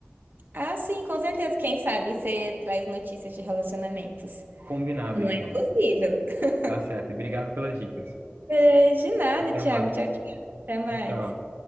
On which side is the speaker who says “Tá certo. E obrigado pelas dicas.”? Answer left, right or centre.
Right